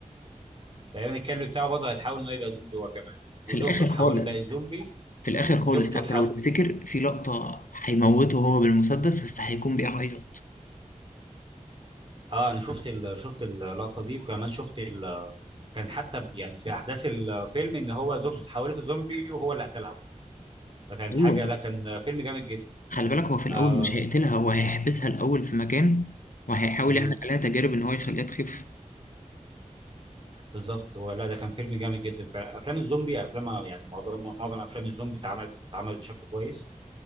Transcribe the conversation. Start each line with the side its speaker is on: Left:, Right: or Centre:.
Right: تقريبا الكلب بتاعه برضه هيتحول انه يبقى زومبي هو كمان وزوجته
Left: في الاخر
Right: اتحولت
Left: خالص
Right: بقت زومبي
Left: في الاخر خالص
Right: زوجته
Left: حتى
Right: تحاول
Left: لو تفتكر في لقطه هيموته هو بالمسدس بس هيكون بيعيط
Right: اه انا شفت ال... شفت اللقطه دي وكمان شفت ال... كان حتى ب- يعني في احداث الفيلم ان هو زوجته اتحولت لزومبي وهو اللي قتلها فكانت
Left: ايوه
Right: حاجه لا كان فيلم جامد جدا
Left: خلي بالك هو في الاول
Right: آه
Left: مش هيقتلها هو هيحبسها الاول في مكان وهيحاول
Right: امم
Left: يعمل عليها تجارب ان هو يخليها تخف
Right: بالظبط هو لا ده كان فيلم جامد جدا فافلام الزومبي افلام يعني معظم معظم افلام الزومبي اتعملت اتعملت بشكل كويس